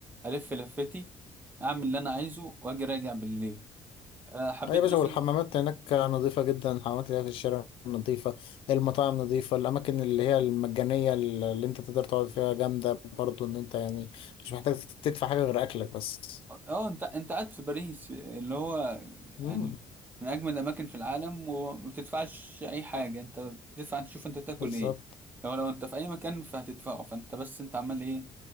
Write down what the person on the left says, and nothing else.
أي يا باشا
والحمامات هناك نظيفة جدا الحمامات اللي هي في الشارع نظيفة المطاعم نظيفة الأماكن اللي هي المجانية اللي أنت تقدر تقعد فيها جامدة برضو إن أنت يعني مش محتاج تدفع حاجة غير أكلك بس
مم.
بالظبط